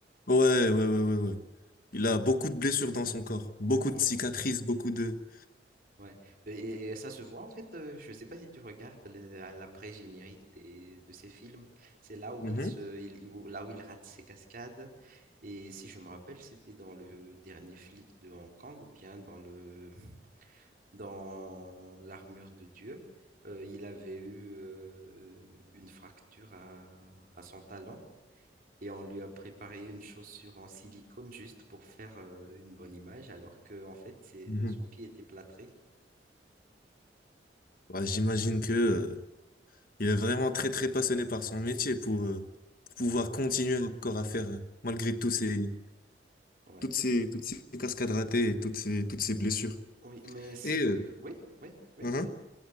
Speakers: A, on the left; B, on the right.
A: Ouais, ouais, ouais, ouais, ouais. Il a beaucoup de blessures dans son corps, beaucoup
B: ouais,
A: de cicatrices, beaucoup de...
B: ouais. Et, et ça se voit en fait, euh, je ne sais pas si tu regardes le- à l'après-générique des- de ces films, c'est là où
A: Mhm.
B: il se, il- il- où- là où il rate ses cascades. Et si je me rappelle, c'était dans le dernier flic de Hong Kong ou bien dans le dans l'armure de Dieu. Euh, il avait eu euh, une fracture à à son talon. et on lui a préparé une chaussure en silicone juste pour faire euh, une bonne image, alors que en fait, c'est-
A: Mhm.
B: son pied était plâtré.
A: Bah, j'imagine que, euh, il est vraiment très, très passionné par son métier pour, euh, pour pouvoir
B: Ah oui.
A: continuer encore à faire, euh, malgré tous ces,
B: Ouais.
A: toutes ces, toutes ces cascades ratées et toutes ces, toutes ces blessures.
B: Oui, mais ce
A: Et, euh,
B: que... Oui, oui, oui,
A: mhm.
B: vas-y.